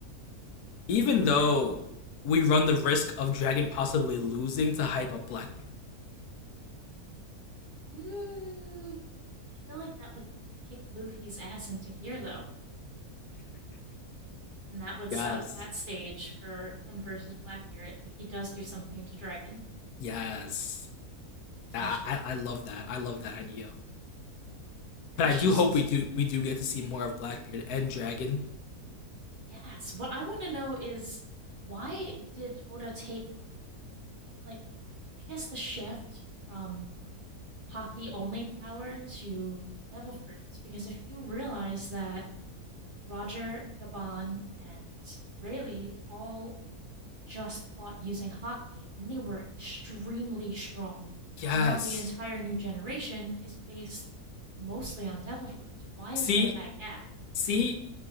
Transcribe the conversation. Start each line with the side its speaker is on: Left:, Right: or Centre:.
Left: even though we run the risk of dragon possibly losing to hype up Blackbeard.
Right: Mm, I feel like that would kick Luffy's ass into gear, though. and that would
Left: <laughs> yes.
Right: set up that stage for him versus Blackbeard if he does do something to Dragon
Left: Yes.
Right: potentially.
Left: Yeah, I, I I love that. I love that idea.
Right: There's
Left: But I do
Right: just
Left: hope we do we do get to see more of Blackbeard and Dragon.
Right: yes. What I want to know is why did Oda take like I guess the shift from hockey only power to devil fruits because if you realize that Roger, Gabon, and Rayleigh all just fought using hockey and they were extremely strong.
Left: Yes.
Right: But now the entire new generation is based mostly on devil fruits. Why is
Left: See,
Right: there that gap?
Left: See,